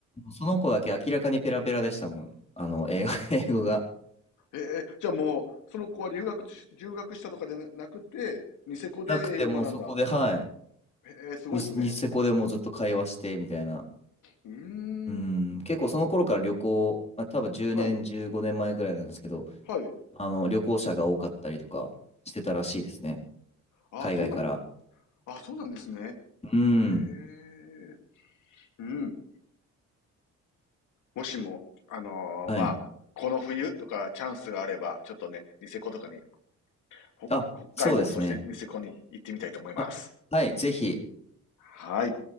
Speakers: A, on the left; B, on the left.
A: その子だけ明らかにペラペラでしたもん。あの、英語、<laughs> 英語が。
B: ええ、じゃあもう、その子は留学し、留学したとかでななくて、ニセコで英語を学んだ。
A: なくてもうそこで、はい。
B: ええ、すごいですね。
A: ミス子セコでもうずっと会話して、みたいな。
B: うーん。
A: うん。結構その頃から旅行、あ、多分10年、
B: はい。
A: 15年前ぐらいなんですけど、
B: はい。
A: あの、旅行者が多かったりとかしてたらしいですね。
B: あ、
A: 海外から。
B: そうなんあ、そうなんですね。
A: うん。
B: へえ。うん。もしも、あのーまあ、
A: はい。
B: この冬とかチャンスがあれば、ちょっとね、ニセコとかに、ほ北海道、
A: あ、そうですね。
B: そしてニセコに行ってみたいと思います。
A: あ、はい。ぜひ。
B: はい。